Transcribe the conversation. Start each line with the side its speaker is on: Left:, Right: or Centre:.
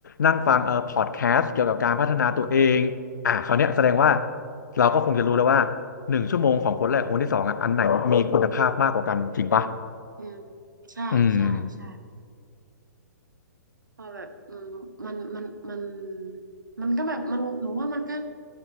Left: นั่งฟังเอ่อพอดแคสต์เกี่ยวกับการพัฒนาตัวเองอ่ะคราวเนี้ยแสดงว่าเราก็คงจะรู้แล้วว่าหนึ่งชั่วโมงของคนแรกกับคนที่สองอ่ะอันไหนมีคุณภาพมากกว่ากันจริงปะ
Right: อืมใช่ใช่ใช่
Left: อืม
Right: พอแบบอืมมันมันมันมันก็แบบมันหนูว่ามันก็